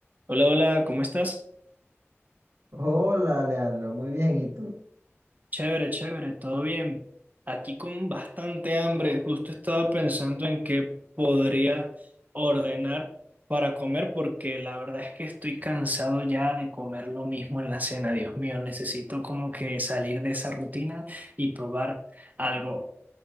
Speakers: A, on the right; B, on the right.
A: Hola, hola, ¿cómo estás?
B: Hola, Leandro, muy bien, ¿y tú?
A: Chévere, chévere, todo bien. Aquí con bastante hambre. Justo estaba pensando en qué podría ordenar para comer porque la verdad es que estoy cansado ya de comer lo mismo en la cena. Dios mío, necesito como que salir de esa rutina y probar algo